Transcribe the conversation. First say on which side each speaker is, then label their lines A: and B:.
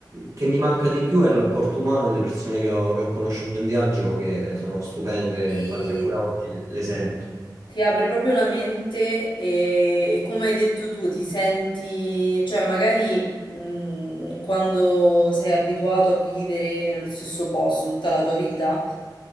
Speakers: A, on the right; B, on the left.
A: che mi manca di più è il rapporto umano e le persone che ho, che ho conosciuto in viaggio, che sono stupende,
B: ti,
A: infatti ancora oggi le, le sento.
B: Ti apre proprio la mente e, e come hai detto tu, ti senti, cioè magari mh, quando sei abituato a vivere nello stesso posto tutta la tua vita,